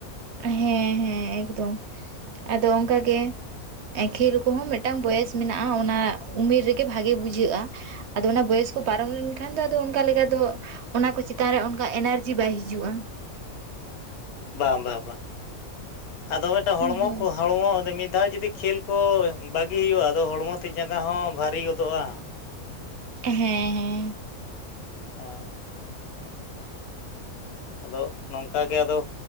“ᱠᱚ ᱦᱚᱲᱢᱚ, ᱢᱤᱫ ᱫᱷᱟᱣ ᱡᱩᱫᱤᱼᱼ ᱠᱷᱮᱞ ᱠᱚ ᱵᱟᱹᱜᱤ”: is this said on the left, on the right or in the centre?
Left